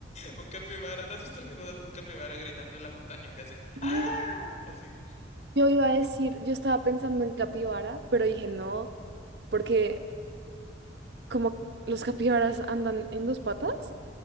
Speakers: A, on the left (about 40°); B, on the right (about 60°).
A: Un capibara. ¿No has visto el video de un capibara gritando en la montaña que hace?
B: Sí,
A: ¡Ah! Así.
B: Yo iba a decir, yo estaba pensando en capibara, pero dije no, porque como los capibaras andan en dos patas.